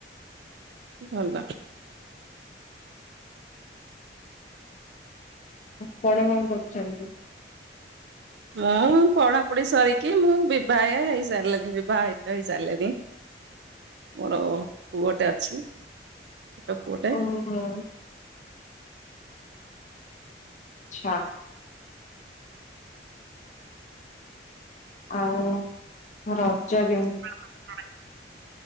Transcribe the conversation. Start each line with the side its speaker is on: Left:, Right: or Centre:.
Right: ଭଲ।
Left: କଣ କଣ କରୁଛନ୍ତି?
Right: ମୁଁ ପଢାପଢି ସରିକି ମୁଁ ବିଭାୟା ହେଇସାରିଲିନି ବିବାହିତ ହେଇସାରିଲିନି।
Left: <inaudible>
Right: ମୋର ପୁଅଟେ ଅଛି। ଛୋଟ ପୁଅଟେ
Left: ଓହୋ। ଆଚ୍ଛା। ଆଉ। ରଜ ବି
Right: <inaudible>